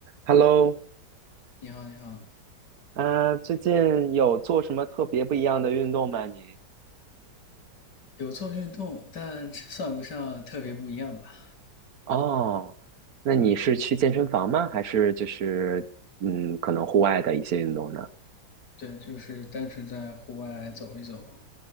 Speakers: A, on the right; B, on the left.
A: Hello，
B: 你好，你好，
A: 呃，最近有做什么特别不一样的运动吗？你？
B: 有做运动，但算不上特别不一样吧？
A: 哦，那你是去健身房吗？还是就是嗯，可能户外的一些运动呢？
B: 对，就是单纯在户外走一走。